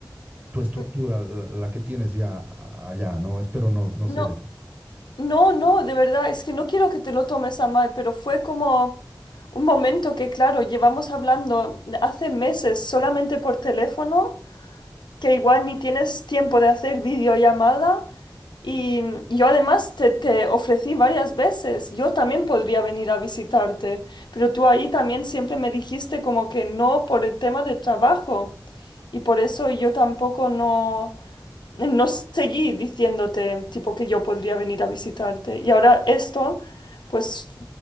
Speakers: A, on the right; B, on the left.
A: tu estructura,
B: mm,
A: la, la que tienes ya a- allá, ¿no? Espero no, no
B: No,
A: ser
B: No, no, de verdad, es que no quiero que te lo tomes a mal, pero fue como un momento que, claro, llevamos hablando hace meses solamente por teléfono, que igual ni tienes tiempo de hacer videollamada y y yo además te, te ofrecí varias veces, yo también podría venir a visitarte, pero tú ahí también siempre me dijiste como que no por el tema de trabajo y por eso yo tampoco no no seguí diciéndote tipo que yo podría venir a visitarte. Y ahora esto, pues